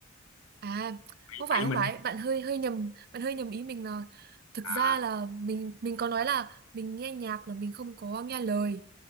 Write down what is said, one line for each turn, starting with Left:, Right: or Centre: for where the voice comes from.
Right: À, không
Left: tại
Right: phải
Left: vì
Right: không
Left: mình
Right: phải, bạn hơi hơi nhầm, bạn hơi nhầm ý mình là thực
Left: à,
Right: ra là mình mình có nói là mình nghe nhạc là mình không có nghe lời.